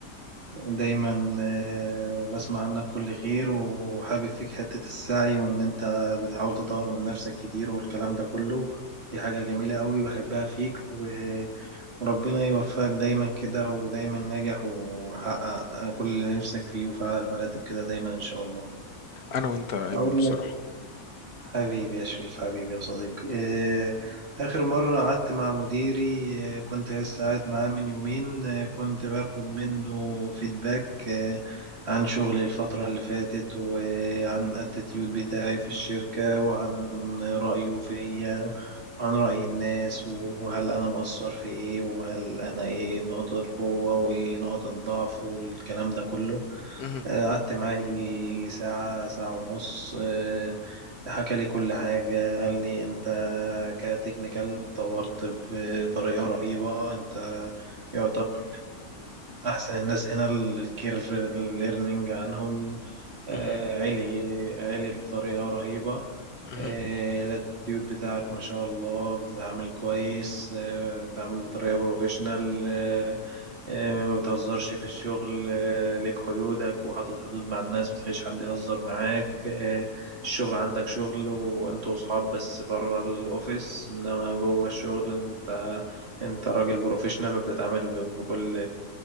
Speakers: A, on the right (about 45°); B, on the left (about 80°).
A: دايما آه، بسمع عنك كل خير وحابب فيك حتة السعي وإن أنت بتحاول تطور من نفسك كتير والكلام ده كله دي حاجة جميلة أوي بحبها فيك و- وربنا يوفقك دايما كده ودايما ناجح ومحقق كل اللي نفسك فيه وفي أعلى المراتب كده دايما إن شاء الله
B: انا وانت يا ايمن
A: هقول
B: بصراحه
A: لك حبيبي يا شريف حبيبي يا صديقي آه، آخر مرة قعدت مع مديري آه، كنت لسه قاعد معاه من يومين آه، كنت باخد منه فيدباك آه، عن شغلي الفترة اللي فاتت وعن الاتيتيود بتاعي في الشركة وعن رأيه فيا وعن رأي الناس وهل أنا مقصر في إيه وهل أنا إيه نقطة القوة ونقطة الضعف والكلام ده كله
B: مهم.
A: آه، قعدت معاه يجي ساعة ساعة ونص آه، حكى لي كل حاجة قال لي أنت كتكنيكال اتطورت بطريقة رهيبة أنت يعتبر من أحسن الناس هنا الكيرف الليرنينج عنهم آه،
B: مهم.
A: عالي عالي بطريقة رهيبة
B: مهم.
A: آه، الاتيود بتاعك ما شاء الله بتتعامل كويس آه، بتتعامل بطريقة بروفيشنال آه، ما بتهزرش في الشغل آه، ليك حدودك وحاطط حدود مع الناس ما تخليش حد يهزر معاك آه، الشغل عندك شغل وانتوا صحاب بس بره الاوفيس انما جوه الشغل انت انت راجل بروفيشنال وبتتعامل ب- بكل